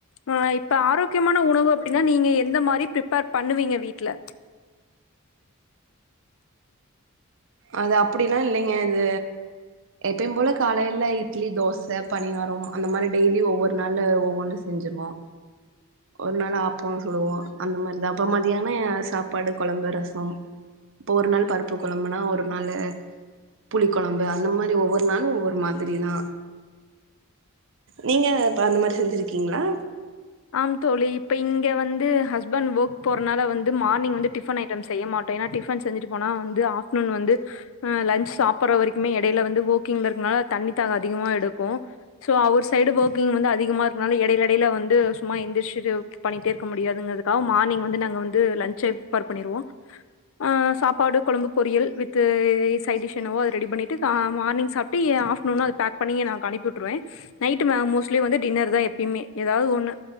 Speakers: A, on the left (about 65°); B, on the right (about 60°).
A: அ இப்ப ஆரோக்கியமான உணவு அப்டின்னா நீங்க எந்த மாரி ப்ரிப்பேர் பண்ணுவீங்க வீட்டுல
B: அது அப்டில்லா இல்லைங்க இது எப்பியும் போல காலையில இட்லி தோச பனியாரம் அந்த மாறி டெய்லியும் ஒவ்வொரு நாளு ஒவ்வொன்னு செஞ்சுருவோ ஒரு நாள் ஆப்பம் சூடுவோ அந்த மாரிதா அப்ப மதியான சாப்பாடு கொழம்பு ரசம் இப்ப ஒரு நாள் பருப்பு கொழம்புன்னா ஒரு ஒரு நாளு புளி கொழம்பு அந்த மாறி ஒவ்வொரு நாளு ஒவ்வொரு மாதிரிதா நீங்க இப்ப அந்த மாரி செஞ்சிருக்கீங்களா
A: ஆம் தோழி இப்ப இங்கே வந்து ஹஸ் பண்ட் ஓர்க் போறனால வந்து மார்னிங் வந்து டிஃபன் ஐட்டம் செய்ய மாட்டோ ஏன்னா டிஃபன் செஞ்சுட்டு போனா வந்து ஆஃப்டர்நூன் வந்து அ லஞ்ச் சாப்புற வரைக்குமே எடையில வந்து ஓர்க்கிங்லக்கறனால தண்ணித்தாகம் அதிகமா எடுக்கூ சோ அவுரு சைடு ஓர்க்கிங் வந்து அதிகமா இருக்கனால எடையிலடையில வந்து சும்மா எந்திரச்சிடு பண்ணிட்டே இருக்க முடியாதுங்கிறதுக்காக மார்னிங் வந்து நாங்க வந்து லஞ்ச்சே பிரிப்பேர் பண்ணிருவோ ஆ சாப்பாடு கொழம்புக் பொரியல் வித் சைட் டிஷ் என்னவோ அது ரெடி பண்ணிட்டு கா மார்னிங் சாப்ட்டு எ ஆஃப்டர்நூன்கா பேக் பண்ணியே நாஅனுப்பி உட்டுருவேன் நைட் மோஸ்ட்லி வந்து டின்னர் தான் எப்பயுமே எதாவ்து ஒண்ணு